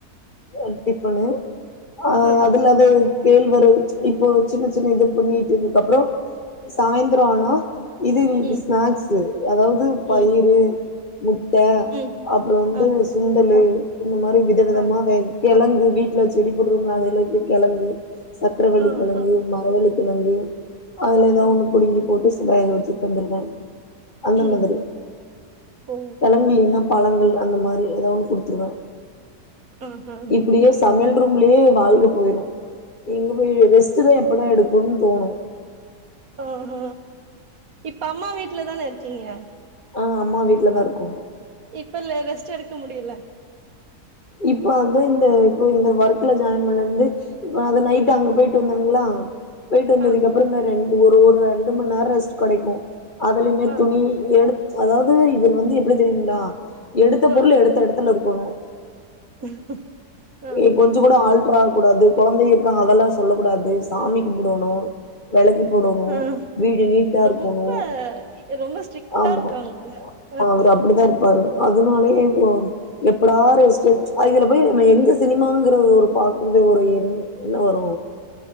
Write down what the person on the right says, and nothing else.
ஆ
ம்
ம்
ம்
ஆமா
ஆ
ஆ
ஆ
ஆ
ம்
ஓ
ஆஹா
அஹ் ஹ இப்ப அம்மா வீட்லதானே இருக்கீங்க
இப்பல்ல ரெஸ்ட் எடுக்க முடியல
ஆ
ஆ
ஆ
ஆ
<unintelligible>
ஆ
ரொம்ப
ரொம்ப ஸ்ட்ரிக்டா
இருக்காங்க போல அ